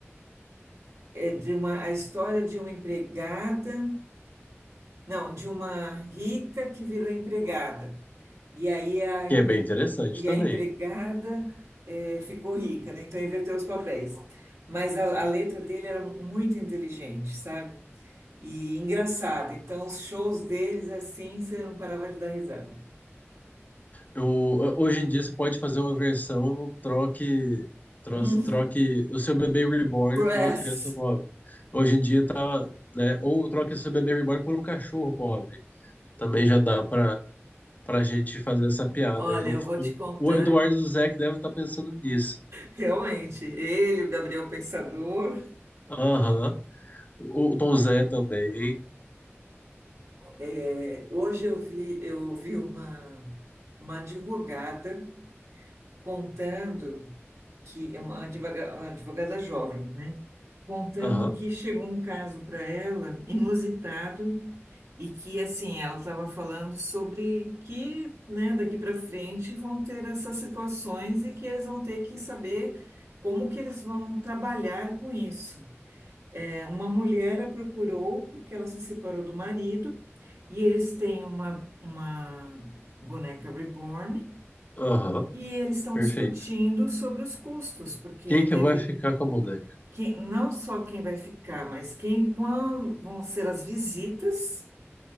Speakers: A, on the right (about 85°); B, on the left (about 35°).
A: é de uma, a história de uma empregada. Não, de uma rica que virou empregada. E aí a, empre...
B: que é bem interessante
A: e
B: também.
A: a empregada eh, ficou rica, né? Então inverteu os papéis. Mas a, a letra dele era muito inteligente, sabe? E engraçada. Então os shows deles, assim, você não parava de dar risada. <laughs>
B: Eu, hoje em dia você pode fazer uma versão troque, tro-
A: Hum,
B: troque o seu bebê reborn
A: Press!
B: por uma criança pobre. Hoje em dia tá, né? Ou troque o seu bebê reborn por um cachorro pobre. Também já dá para pra gente fazer essa piada.
A: Olha,
B: Eu-
A: eu vou
B: o,
A: te contar.
B: o Eduardo do Zé que deve estar pensando nisso.
A: Realmente, ele, o Gabriel Pensador.
B: Aham. O, o Tom Zé também.
A: eh, hoje eu vi, eu vi uma, uma advogada contando. que é uma advoga- uma advogada jovem, né? Contando
B: Aham,
A: que chegou um caso para ela inusitado e que assim ela estava falando sobre que, né, daqui para frente vão ter essas situações e que eles vão ter que saber como que eles vão trabalhar com isso. É, uma mulher a procurou porque ela se separou do marido e eles têm uma, uma boneca reborn.
B: aham.
A: E eles estão
B: Perfeito.
A: discutindo sobre os custos, porque
B: Quem
A: teve
B: que vai ficar com a boneca?
A: quem, não só quem vai ficar, mas quem, quando vão ser as visitas